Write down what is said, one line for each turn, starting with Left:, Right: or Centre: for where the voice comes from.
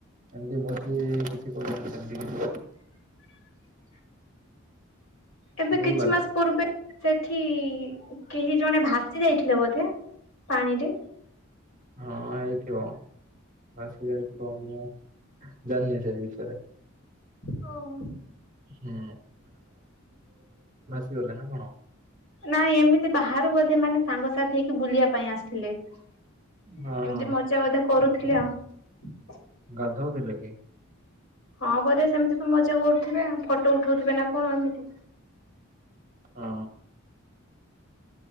Right: ଏମତି ଭୋଜି-ଇ କିଛି କରିନୁ ସେମତି କିଛି।
Left: <inaudible> ଏବେ
Right: ଭଲ
Left: କିଛି
Right: ଲାଗେ
Left: ମାସ ପୂର୍ବେ ସେଠି-ଇ କେହି ଜଣେ ଭାସ୍ ଯାଇଥିଲେ ବୋଧେ ପାଣିରେ?
Right: ହଁ, ହେଇଥିବ ଭାସି ଯାଇଥିବ। ନା ଜାଣିନି ସେଇ ବିଷୟରେ।
Left: ହଁ।
Right: ହୁଁ ସିଗଲା ନା କଣ?
Left: ନାଇ, ଏମିତି ବାହାରୁ ବୋଧେ ମାନେ ସାଙ୍ଗସାଥି ହେଇକି ବୁଲିବା ପାଇଁ ଆସିଥିଲେ। ଏମିତି
Right: ହଁ ହଁ
Left: ମଜା ବଧେ କରୁଥିଲେ ଆଉ।
Right: ଗାଧଉ ଥିଲେ କି?
Left: ହଁ, ବୋଧେ ସେମିତି ତ ମଜା କରୁଥିବେ ଫଟୋ ଉଠଉଥିବେ ନା କଣ ଏମିତି।
Right: ହଁ।